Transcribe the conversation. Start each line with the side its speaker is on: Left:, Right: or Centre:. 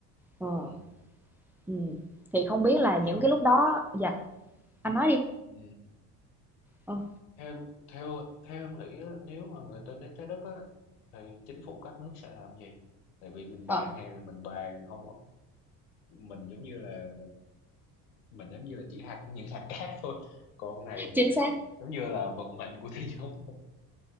Centre: Ờ.
Left: ừ.
Centre: Ừm, thì không biết là những
Left: theo
Centre: cái lúc đó dạ, anh nói đi.
Left: ừ.
Centre: Ờ.
Left: theo theo theo em nghĩ á, nếu mà người ta đến trái đất á thì chính phủ các nước sẽ làm gì tại vì mình
Centre: Ờ,
Left: bàn này mình bàn không mình giống như là mình giống như là chỉ hạt những hạt cát thôi còn này là
Centre: chính xác,
Left: giống như là vận mệnh của thế giới <laughs>